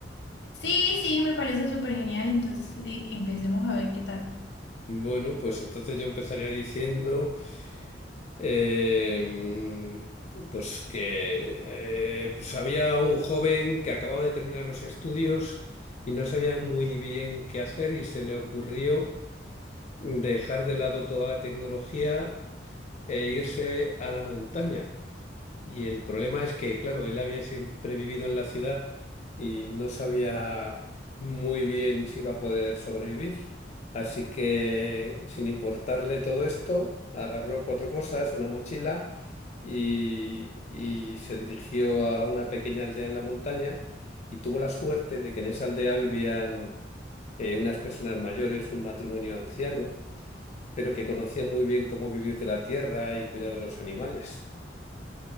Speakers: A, on the left (about 70°); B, on the left (about 40°).
A: Sí, sí, me parece súper genial, entonces eh, empecemos a ver qué tal.
B: Bueno, pues entonces yo empezaría diciendo... eh, pues que eh, pues había un joven que acababa de terminar los estudios y no sabía muy bien qué hacer y se le ocurrió dejar de lado toda la tecnología e irse a la montaña. Y el problema es que, claro, él había siempre vivido en la ciudad y no sabía muy bien si iba a poder sobrevivir. Así que, sin importarle todo esto, agarró cuatro cosas, una mochila y, y se dirigió a una pequeña aldea en la montaña y tuvo la suerte de que en esa aldea vivían eh, unas personas mayores, un matrimonio anciano, pero que conocían muy bien cómo vivir de la tierra y cuidar de los animales.